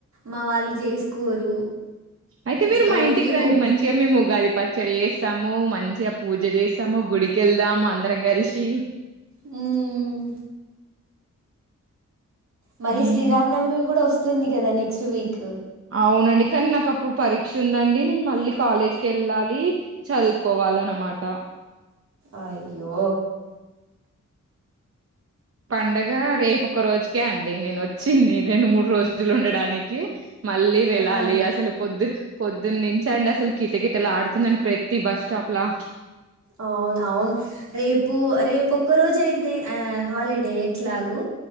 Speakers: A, on the right (about 65°); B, on the right (about 50°).
A: వాళ్ళు చేసుకోరు
B: అయితే మీరు
A: జి
B: మా
A: ఓన్లీ
B: ఇంటికి రండి
A: బొబ్
B: మంచిగా మేము ఉగాది పచ్చడి చేస్తాము మంచిగా పూజ చేస్తాము గుడికిెళ్దాము అందరం కలిసి
A: మ్మ్ మళ్ళీ
B: హ్మ్.
A: శ్రీరామ నవమి కూడా వస్తు వస్తుంది కదా నెక్స్ట్ వీక్
B: అవునండి కానీ నాకు అప్పుడు పరీక్ష ఉందండి నేను మళ్ళీ కాలేజ్కి వెళ్ళాలి చదువుకోవాల అన్నమాట
A: ఆయిో
B: పండగ రేపు ఒక రోజుకే అండి నేను వచ్చింది రెండు మూడు రోజులు ఉండడానికి మళ్ళీ వెళ్ళాలి
A: ఆ!
B: అసలు పొద్దు పొద్దున్న నుంచ అండి అసలు కిటకిీటలా ఆడుతుందండి ప్రతి బస్ స్టాప్ లా
A: అవును అవును రేపు రేపు ఒక రోజు అయితే హాలిడే ఎయిడ్స్ లాగు